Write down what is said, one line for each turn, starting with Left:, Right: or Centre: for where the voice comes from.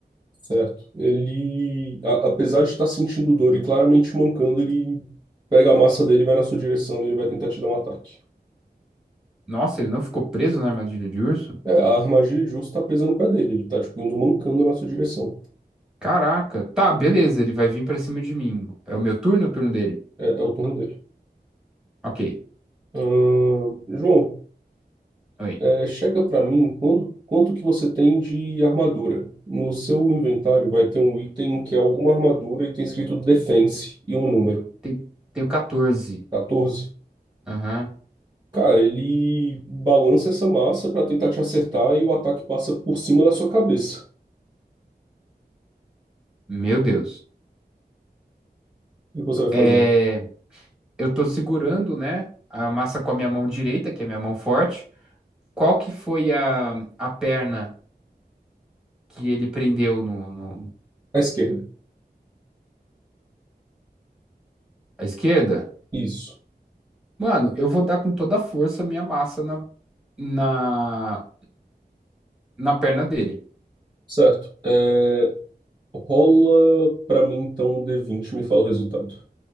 Right: Certo. Ele. a- apesar de estar sentindo dor e claramente mancando, ele pega a massa dele, e vai na sua direção e ele vai tentar te dar um ataque.
Centre: Nossa, ele não ficou preso na armadilha de urso?
Right: É, a armadilha de urso tá presa no pé dele. Ele tá, tipo, indo mancando na sua direção.
Centre: Caraca. Tá, beleza, ele vai vir pra cima de mim. É o meu turno, ou é o turno dele.
Right: É, é o turno dele.
Centre: Ok.
Right: Ahn, João,
Centre: Oi.
Right: é, chega para mim quando, quanto que você tem de armadura. No seu inventário vai ter um item que é alguma armadura e tem escrito Defense e um número,
Centre: tem tenho 14.
Right: 14.
Centre: Aham.
Right: Cara, ele balança essa massa para tentar te acertar e o ataque passa por cima da sua cabeça.
Centre: Meu Deus.
Right: O que você vai
Centre: É,
Right: fazer?
Centre: eu tô segurando, né, a massa com a minha mão direita, que é a minha mão forte. Qual que foi a, a perna que ele prendeu no, no-
Right: À esquerda.
Centre: à esquerda?
Right: Isso.
Centre: Mano, eu vou dar com toda a força a minha massa na, na, na perna dele.
Right: Certo. É, rola para mim então um D20 e me fala o resultado.